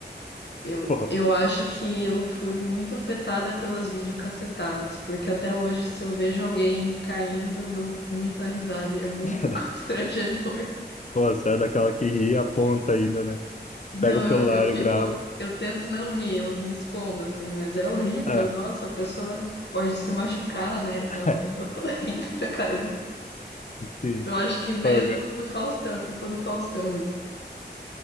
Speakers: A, on the left; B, on the left.
A: Eu,
B: pô,
A: eu acho que eu fui muito afetada pelas videocassetadas, porque até hoje, se eu vejo alguém caindo, eu dou muita risada e é muito
B: <laughs>
A: <laughs> constrangedor.
B: pô, você é daquela que ri e aponta ainda, né?
A: Não,
B: Pega o celular
A: eu, eu fico,
B: e grava.
A: eu tento não rir, eu me escondo assim, mas é horrível.
B: Ah,
A: Nossa, a pessoa pode se machucar, né, e tal,
B: <laughs>
A: mas eu tô <laughs> rindo pra caramba.
B: sim.
A: Eu acho que veio
B: Paga.
A: do, do Faustão, é culpa do Faustão isso.